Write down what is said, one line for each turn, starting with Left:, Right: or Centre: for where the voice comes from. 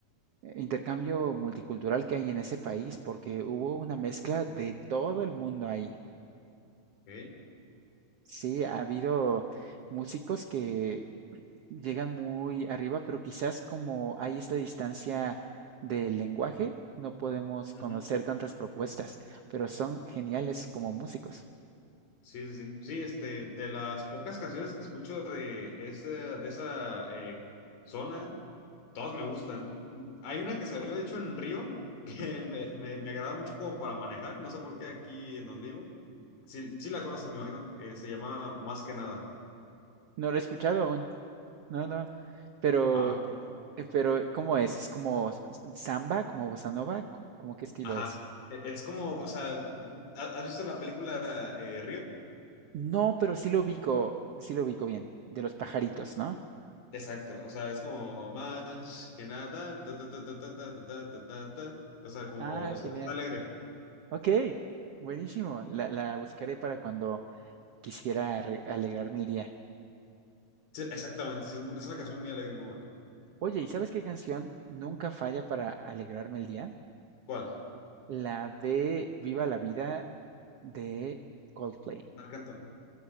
Right: intercambio multicultural que hay en ese país, porque hubo una mezcla de todo el mundo ahí.
Left: ok.
Right: Sí, ha habido músicos que llegan muy arriba, pero quizás como hay esta distancia del lenguaje, no podemos
Left: Ujú.
Right: conocer tantas propuestas, pero son geniales como músicos.
Left: Sí, sí, sí. Sí, este, de las pocas canciones que escucho de esa, de esa eh, zona, todas me gustan. Hay una que salió, de hecho, en Río, <laughs> que me, me, me agrada mucho como para manejar, no sé por qué aquí en donde vivo. Sí, sí la conoces, me imagino. eh, se llama Más que nada.
Right: No lo he escuchado aún, no, no, pero,
Left: Ah, ok.
Right: eh, pero ¿cómo es? ¿Es como samba, como bossa nova? ¿Cómo cómo qué estilo
Left: Ajá.
Right: es?
Left: E- Es como, o sea, ¿ha- ¿has visto la película eh, Río?
Right: No, pero sí lo ubico, sí lo ubico bien, de los pajaritos, ¿no?
Left: Exacto, o sea, es como más que nada, ta, ta, ta, ta, ta, ta, ta, ta, ta, ta, ta. O sea, como,
Right: Ah,
Left: o sea,
Right: genial.
Left: está alegre.
Right: Ok, buenísimo. La, la buscaré para cuando quisiera arre- alegrarme el día.
Left: Sí, exactamente, sí, es, mu- es una canción muy alegre y muy buena.
Right: Oye, ¿y sabes qué canción nunca falla para alegrarme el día?
Left: ¿Cuál?
Right: La de Viva la Vida de Coldplay.
Left: Marc Anthony.